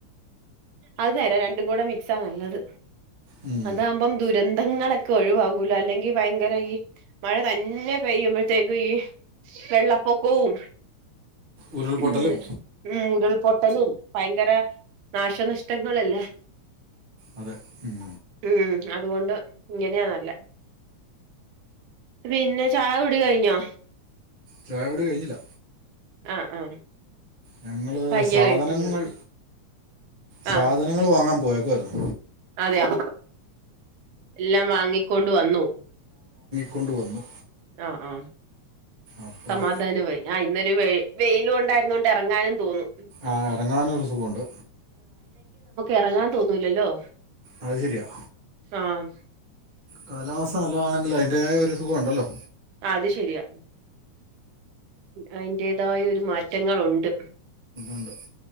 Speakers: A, on the right; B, on the right.
A: അത് നേരാ രണ്ടും കൂടെ മിക്സാ നല്ലത്,
B: ഉം
A: അതാവുമ്പം ദുരന്തങ്ങളൊക്കെ ഒഴിവാവൂലോ അല്ലെങ്കി ഭയങ്കര ഈ മഴ തന്നെ കഴിയുമ്പഴത്തേക്കും ഈ വെള്ളപ്പൊക്കവും
B: ഉരുൾപൊട്ടലും
A: ഉം ഉരുൾ പൊ ട്ടലും ഭയങ്കര നാശനഷ്ടങ്ങളല്ലേ
B: അതെ ഉം
A: ഉം അതുകൊണ്ട് ഇങ്ങനെയാ നല്ലെ, പിന്നെ ചായ കുടി കഴിഞ്ഞോ?
B: ചായ കുടി കഴിഞ്ഞില്ല.
A: ആഹ് ആഹ്
B: ഞങ്ങള്
A: പയ്യെ
B: സാധനങ്ങൾ
A: കഴിക്കുള്ളൂ
B: സാധനങ്ങൾ
A: ആഹ്
B: വാങ്ങാൻ പോയേക്കുവായിരുന്നു
A: അതെയോ എല്ലാം വാങ്ങിക്കൊണ്ട് വന്നു
B: കൊണ്ടുവന്നു.
A: ആഹ് ആഹ്
B: അപ്പോൾ
A: സമാധാനമായി ആഹ് ഇന്നൊരു വെ വെയിലുണ്ടായിരുന്നോണ്ട് ഇറങ്ങാനും തോന്നും.
B: ആഹ് ഇറങ്ങാനും ഒരു സുഖമുണ്ട്.
A: ഇറങ്ങാൻ തോന്നൂലല്ലോ?
B: അത് ശെരിയാ.
A: ആഹ്
B: കാലാവസ്ഥ നല്ലതാണെങ്കിൽ അതിന്റെതായൊരു സുഖം ഉണ്ടല്ലോ
A: അത് ശരിയാ അതിന്റേതായ ഒരു മാറ്റങ്ങളുണ്ട്.
B: ഉണ്ട്